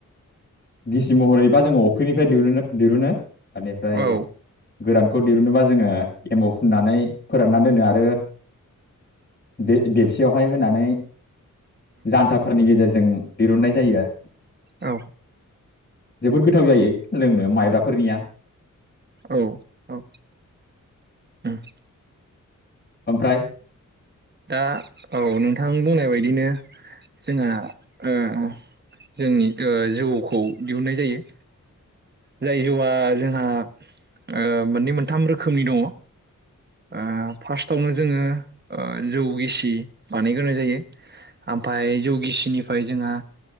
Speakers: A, on the left (about 30°); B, on the right (about 35°).
A: गिसि महरैबा जोङो अफ्रिनिफ्राय दिहुननो दिहुनो। एनिफ्राय
B: औ
A: गोरानखौ दिहुननो बा जो जोङो एमाव फुननानै फोरानना दोनो आरो दे-देबसियावहाय होनानै जान्थाफोरनि गेजेरजों दिरुननाय जायो आ
B: औ
A: जोबोद गोथाव जायो लोंनो माइब्राफोरनिया।
B: औ औ उम
A: ओमफ्राय
B: दा औ नोंथां बुंनाय बायदिनो जोंहा ओ जोंनि ओ जौखौ दिहुननाय जायो। जाय जौआ जोंहा ओ मोननै मोनथाम रोखोमनि दङ। ओ फार्स्टआवनो जोङो ओ जौ गिसि बानायग्रोनाय जायो। आमफाय जौ गिसिनिफ्राय जोंहा